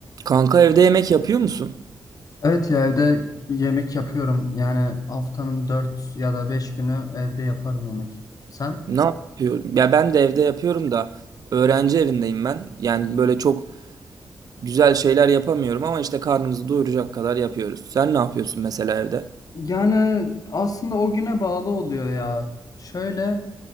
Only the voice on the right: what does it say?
Kanka evde yemek yapıyor musun?
Ne yapıyorsun? Ya ben de evde yapıyorum da öğrenci evindeyim ben. Yani böyle çok güzel şeyler yapamıyorum ama işte karnımızı doyuracak kadar yapıyoruz. Sen ne yapıyorsun mesela evde?